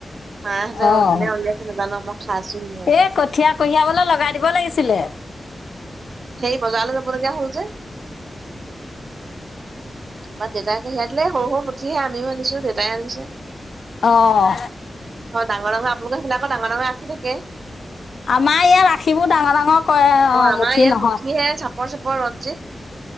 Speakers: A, on the right; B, on the left.
A: মাহঁতে
B: অঁ
A: কোনে ওলিয়াইছে নাজানো মই খাইছোহি আওঁ।
B: এই কঠীয়া কঢ়িয়াবলৈ লগাই দিব লাগিছিলে।
A: সেই বজাৰলৈ যাব লগগীয়া হ'ল যে বা দেউতাই কঢ়িয়াই দিলে সৰু সৰু মুঠিহে আমিও আনিছো দেউতাইও আনিছে।
B: অঁ
A: হয় ডাঙৰ ডাঙৰ আপোনলোকৰ বিলাকৰ ডাঙৰ ডাঙৰ ৰাখি থাকে
B: আমাৰ ইয়াত আখিবোৰ ডাঙৰ ডাঙৰ কৰে অ'
A: আমাৰ
B: মুঠি
A: ইয়াত
B: নহয়।
A: মুঠিহে <unintelligible> ৰঞ্জিত।